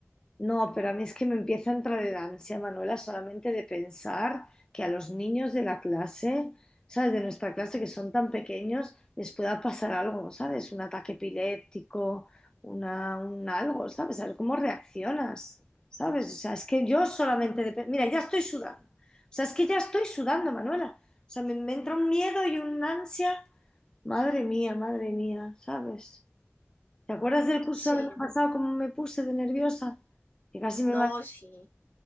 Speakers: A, on the left; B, on the left.
A: No, pero a mí es que me empieza a entrar el ansia, Manuela, solamente de pensar que a los niños de la clase, ¿sabes? De nuestra clase, que son tan pequeños, les pueda pasar algo, ¿sabes? Un ataque epiléptico, una, un algo, ¿sabes? A ver cómo reaccionas, ¿sabes? O sea, es que yo solamente de... pe- Mira, ya estoy sudando. O sea, es que ya estoy sudando, Manuela. O sea, me, me entra un miedo y un ansia. Madre mía, madre mía, ¿sabes? ¿Te acuerdas del curso
B: Sí,
A: del año pasado, cómo me puse de nerviosa? que casi me
B: no, sí.